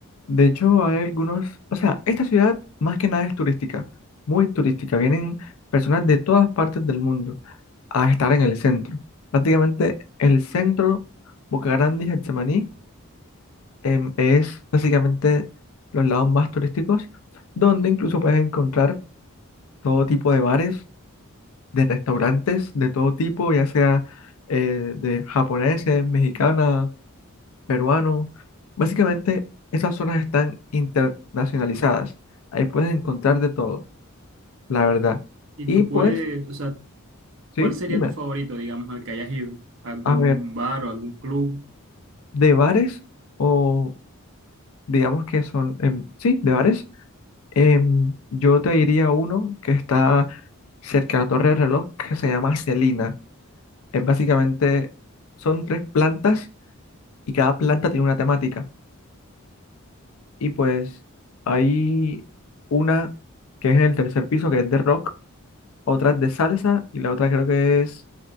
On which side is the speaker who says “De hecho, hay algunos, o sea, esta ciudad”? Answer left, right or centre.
Left